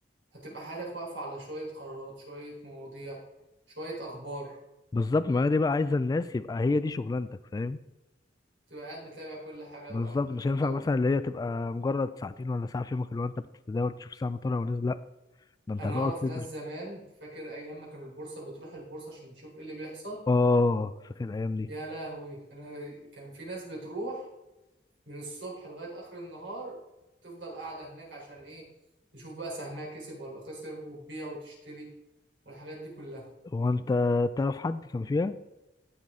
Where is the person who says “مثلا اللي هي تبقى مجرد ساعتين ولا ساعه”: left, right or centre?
Left